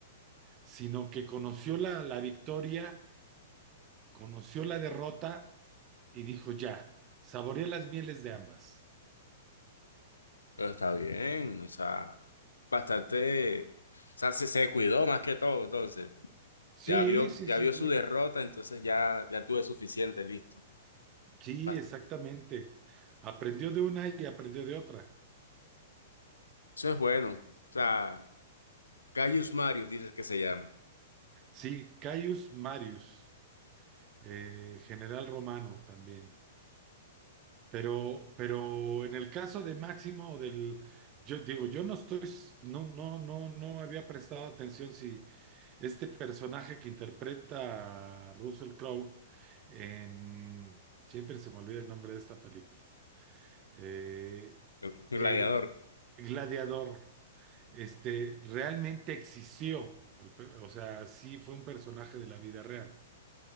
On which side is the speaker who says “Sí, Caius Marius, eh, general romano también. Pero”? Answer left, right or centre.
Right